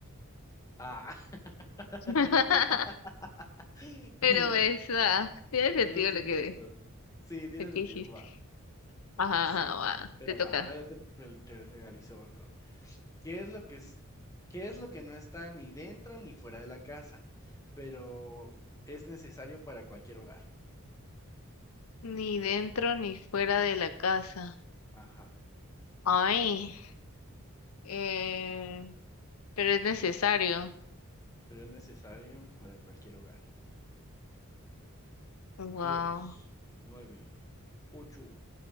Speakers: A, on the left; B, on the left.
A: Ah, <laughs>
B: <laughs> Pero esa tiene
A: Eso
B: sentido
A: estuvo
B: lo que
A: chistoso. Sí, tiene
B: lo que
A: sentido.
B: dijiste.
A: Va,
B: Ajá,
A: sí.
B: ajá, va,
A: Pero
B: te toca.
A: va, ahora yo te, re- te realizo otro. ¿Qué es lo que es, qué es lo que no está ni dentro ni fuera de la casa? Pero es necesario para cualquier hogar.
B: Ni dentro ni fuera de la casa.
A: Ajá.
B: Ay, eh, pero es necesario.
A: Pero es necesario para cualquier hogar.
B: Wow.
A: diez nueve ocho